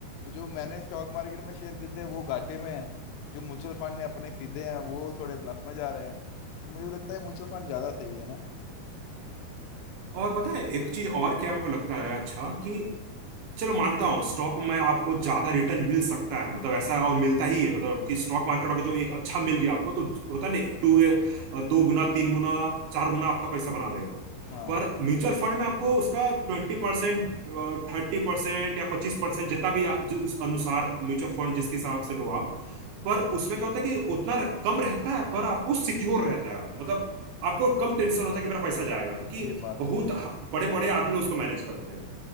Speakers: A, on the left; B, on the right.
A: तो जो मैंने स्टॉक मार्केट में शेयर खरीदे हैं, वो घाटे में है जो म्यूचुअल फंड ने अपने खरीदे हैं वो थोड़े प्लस में जा रहे हैं तो मुझे भी लगता है म्यूचुअल फंड ज्यादा सही है ना
B: और पता है एक चीज और क्या मेरे को लगता है अच्छा कि चलो मानता हूँ स्टॉक में आपको ज्यादा रिटर्न मिल सकता है मतलब ऐसा है और मिलता ही है मतलब कि स्टॉक मार्केट अगर जो एक अच्छा मिल गया आपको तो होता नहीं टू दो गुना तीन गुना चार गुना आपका पैसा बना देगा
A: हाँ
B: पर म्यूचुअल फंड में आपको उसका ट्वेंटी परसेंट थर्टी परसेंट या पच्चीस परसेंट जितना भी आप- जो इस अनुसार म्यूचुअल फंड जिसके हिसाब से लो आप पर उसमें क्या होता है कि उतना रह- कम रहता है पर आपको सिक्योर रहता है आपको मतलब आपको कम टेंशन होता है कि मेरा पैसा जाएगा क्योंकि
A: ये बात तो
B: बहुत
A: सही है।
B: बड़े बड़े आदमी लोग उसको मैनेज करते हैं